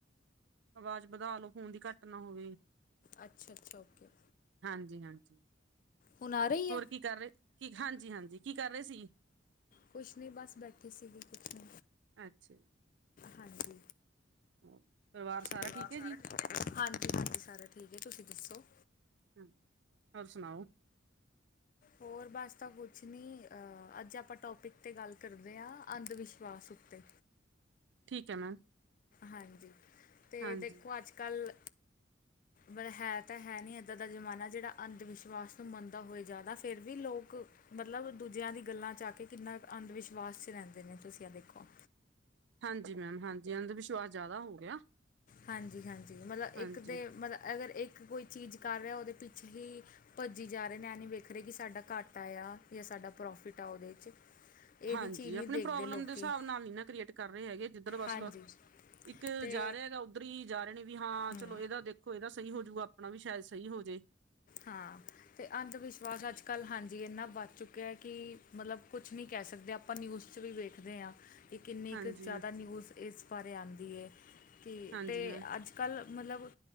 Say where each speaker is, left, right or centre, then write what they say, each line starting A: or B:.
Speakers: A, on the right; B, on the left.
A: ਆਵਾਜ਼ ਵਧਾ ਲੋ ਫੋਨ ਦੀ ਘੱਟ ਨਾ ਹੋਵੇ।
B: ਅੱਛਾ-ਅੱਛਾ ਓਕੇ।
A: ਹਾਂਜੀ-ਹਾਂਜੀ।
B: ਹੁਣ ਆ ਰਹੀ
A: ਹੋਰ
B: ਆ
A: ਕੀ ਕਰ ਰਏ ਕੀ ਹਾਂਜੀ-ਹਾਂਜੀ ਕੀ ਕਰ ਰਏ ਸੀ।
B: ਕੁਛ ਨੀ ਬਸ ਬੈਠੇ ਸੀਗੇ ਕੁਛ ਨੀ।
A: ਅੱਛਾ ਜੀ।
B: ਹਾਂਜੀ।
A: ਹੋਰ ਸਾਰਾ
B: ਪਰਿਵਾਰ
A: ਹੈ
B: ਸਾਰਾ
A: ਜੀ
B: ਠੀਕ ਐ ਜੀ, ਹਾਂਜੀ-ਹਾਂਜੀ ਸਾਰਾ ਠੀਕ ਐ, ਤੁਸੀਂ ਦੱਸੋ?
A: ਹਾਂ, ਹੋਰ ਸੁਣਾਓ?
B: ਹੋਰ ਬਸ ਤਾਂ ਕੁਛ ਨਹੀਂ ਅੱਜ ਆਪਾਂ ਟੋਪਿਕ 'ਤੇ ਗੱਲ ਕਰਦੇ ਆ ਅੰਧ ਵਿਸ਼ਵਾਸ ਉੱਤੇ।
A: ਠੀਕ ਐ ਮੈਮ।
B: ਹਾਂਜੀ ਤੇ
A: ਹਾਂਜੀ
B: ਦੇਖੋ ਅੱਜ-ਕੱਲ੍ਹ ਮਤਲਬ ਹੈ ਤਾਂ ਹੈ ਨੀ ਇੱਦਾਂ ਦਾ ਜ਼ਮਾਨਾ ਜਿਹੜਾ ਅੰਧ ਵਿਸ਼ਵਾਸ ਨੂੰ ਮੰਨਦਾ ਹੋਏ ਜ਼ਿਆਦਾ ਫਿਰ ਵੀ ਲੋਕ ਮਤਲਬ ਦੂਜਿਆਂ ਦੀਆਂ ਗੱਲਾਂ 'ਚ ਆ ਕੇ ਕਿੰਨਾ ਅੰਧ ਵਿਸ਼ਵਾਸ 'ਚ ਰਹਿੰਦੇ ਨੇ ਤੁਸੀਂ ਆ ਦੇਖੋ।
A: ਹਾਂਜੀ ਮੈਮ ਹਾਂਜੀ ਅੰਧ ਵਿਸ਼ਵਾਸ ਜ਼ਿਆਦਾ ਹੋ ਗਿਆ।
B: ਹਾਂਜੀ-ਹਾਂਜੀ ਮਤਲਬ
A: ਹਾਂਜੀ
B: ਇੱਕ ਤੇ ਮਤਲਬ ਅਗਰ ਇੱਕ ਕੋਈ ਚੀਜ਼ ਕਰ ਰਿਹਾ ਉਹਦੇ ਪਿੱਛੇ ਹੀ ਭੱਜੀ ਜਾ ਰਹੇ ਨੇ ਇਹ ਨਹੀਂ ਵੇਖ ਰਹੇ ਕਿ ਸਾਡਾ ਘਾਟਾ ਆਂ ਜਾਂ ਸਾਡਾ ਪ੍ਰੋਫਿਟ ਆ ਉਹਦੇ 'ਚ ਇਹਦੀ
A: ਹਾਂਜੀ
B: ਚੀਜ਼ ਨਹੀਂ
A: ਆਪਣੀ
B: ਦੇਖਦੇ
A: ਪ੍ਰੋਬਲਮ
B: ਲੋਕੀ
A: ਦੇ ਹਿਸਾਬ ਨਾਲ ਨੀ ਨਾ ਕ੍ਰੀਏਟ ਕਰ ਰਹੇ ਹੈਗੇ ਜਿੱਧਰ ਬਸ
B: ਹਾਂਜੀ
A: ਇੱਕ
B: ਤੇ
A: ਜਾ ਰਿਹਾ ਹੈਗਾ ਉੱਧਰ ਹੀ ਜਾ ਰਹੇ ਨੇ ਵੀ ਹਾਂ
B: ਹੂੰ
A: ਚਲੋ। ਇਹਦਾ ਦੇਖੋ ਇਹਦਾ ਸਹੀ ਹੋਜੂਗਾ ਆਪਣਾ ਵੀ ਸ਼ਾਇਦ ਸਹੀ ਹੋਜੇ।
B: ਹਾਂ, ਤੇ ਅੰਧ ਵਿਸ਼ਵਾਸ ਅੱਜ-ਕੱਲ੍ਹ ਕੱਲ੍ਹ ਹਾਂਜੀ ਇੰਨਾ ਵੱਧ ਚੁੱਕਿਆ ਐ, ਕਿ ਮਤਲਬ ਕੁਛ ਨੀ ਕਹਿ ਸਕਦੇ ਆਪਾਂ ਨਿਊਜ਼ 'ਚ ਵੀ ਵੇਖਦੇ ਆ। ਕਿ ਇੱਕ ਕਿੰਨੀ
A: ਹਾਂਜੀ
B: ਕੁ ਜ਼ਿਆਦਾ ਨਿਊਜ਼ ਇਸ ਬਾਰੇ ਆਉਂਦੀ ਐ ਕਿ
A: ਹਾਂਜੀ
B: ਤੇ
A: ਮੈਮ
B: ਅੱਜ ਕੱਲ ਮਤਲਬ,